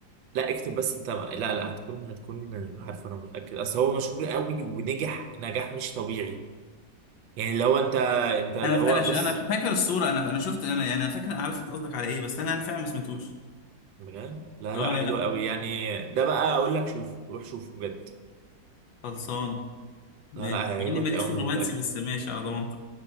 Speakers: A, on the right (about 80°); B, on the left (about 80°).
A: لا اكتب بس انت لا لا هتكون هتكون عارفه انا متاكد اصل هو مشهور قوي ونجح نجاح مش طبيعي يعني اللي هو انت انت اللي
B: انا
A: هو
B: انا
A: بص
B: انا فاكر الصورة انا انا شفت انا يعني انا فاكر انا عارف انت قصدك على ايه بس انا انا فعلا ما سمعتوش
A: بجد لا
B: اه
A: لا حلو
B: لا لا
A: قوي يعني ده بقى اقول لك شوف روح شوفه بجد
B: خلصان ماشي
A: لا لا هيعجبك
B: مع اني ماليش
A: قوي
B: في
A: انا
B: الرومانسي
A: متأكد
B: بس ماشي على ضمانتك